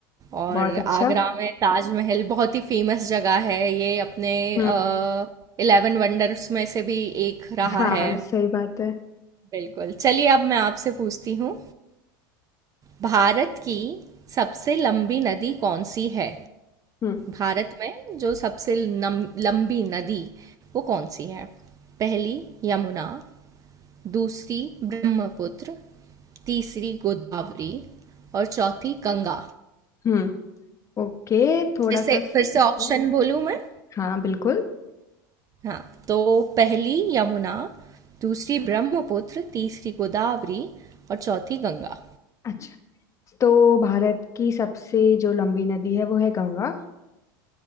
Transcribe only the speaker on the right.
और
आगरा में ताजमहल बहुत ही फेमस जगह है। ये अपने
अ, 11 वंडर्स में से भी एक रहा
है।
बिल्कुल। चलिए अब मैं आपसे पूछती हूँ, भारत की सबसे लंबी नदी कौन सी है?
भारत में जो सबसे लम, लंबी नदी वो कौन सी है पहली यमुना दूसरी ब्रह्मपुत्र तीसरी गोदावरी और चौथी गंगा
फिर से
फिर से ऑप्शन
बोलूं मैं
हाँ तो पहली यमुना दूसरी ब्रह्मपुत्र तीसरी गोदावरी और चौथी गंगा